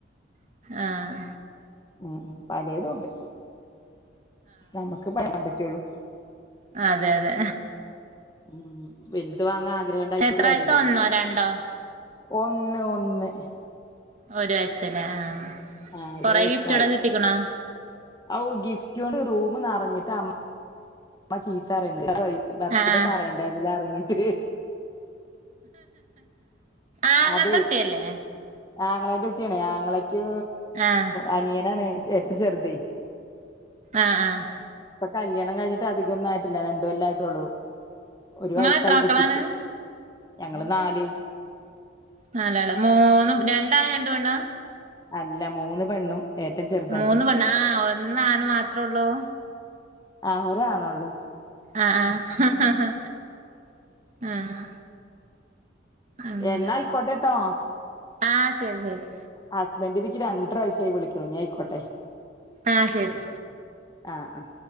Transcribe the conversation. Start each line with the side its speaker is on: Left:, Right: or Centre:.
Right: ആഹ്
Left: ഉം ഉം പലേതുണ്ട് നമ്മക്ക് പറയാൻ പറ്റേള്ളൂ.
Right: അഹ് അതെ അതെ.
Left: ഉം ഉം ഉം വലുത് വാങ്ങാൻ ആഗ്രഹണ്ടായിട്ട്ട്ട്
Right: എത്ര
Left: കാര്യല്ലല്ലോ.
Right: വയസാ ഒന്നോ രണ്ടോ
Left: ഒന്ന് ഒന്ന്.
Right: ഒരു വയസല്ലേ ആഹ് അഹ്
Left: ആഹ് ഒരു
Right: കൊറേ
Left: വയസ്സായി
Right: ഗിഫ്റ്റള് കിട്ടിക്ക്ണോ.
Left: ഔ ഗിഫ്റ്റ് കൊണ്ട് റൂമ് നറഞ്ഞിട്ട് അം മ്മ ചീത്തറിയിണ്ട്. ബർത്ത്ഡേ
Right: ആഹ്
Left: പറയണ്ടാർന്ന് ഞാഅറിയിന്ന്ണ്ട്.
Right: ആങ്ങളുടെ
Left: അതെ
Right: കുട്ടിയല്ലേ
Left: ആങ്ങളേൻ്റെ കുട്ടിയാണ് ആങ്ങളക്ക്.
Right: ആഹ്
Left: അനിയനാണ് ഏറ്റവും ചെറുത്.
Right: ആഹ് ആഹ്.
Left: ഇപ്പം കല്യാണം കഴിഞ്ഞിട്ട് അധികൊന്നും ആയിട്ടില്ല രണ്ട് കൊല്ലം ആയിട്ടുള്ളൂ. ഒരു
Right: നിങ്ങള്
Left: വയസായി
Right: എത്ര മക്കളാണ്
Left: കുട്ടിയ്ക്ക് ഞങ്ങള് നാല്.
Right: നാലാള് മൂന്നും രണ്ടാണ് രണ്ട് പെണ്ണാ.
Left: അല്ല മൂന്ന് പെണ്ണും. ഏറ്റവും ചെറുതനിയൻ
Right: മൂന്ന് പെണ്ണ് ആഹ് ഒന്ന് ആണ് മാത്രുള്ളൂ.
Left: ആഹ് ഒരാണൊള്ളൂ.
Right: ആഹ് ആഹ് ആഹ് അങ്ങനെ
Left: എന്നാ ആയിക്കോട്ടെട്ടോ
Right: ആഹ് ശരി ശരി
Left: ഹസ്ബൻഡ് ഇനിക്ക് രണ്ട്രാശ്യായി വിളിക്കുണു ഇനി അയിക്കോട്ടെ
Right: ആഹ് ശരി
Left: ആഹ് ആഹ്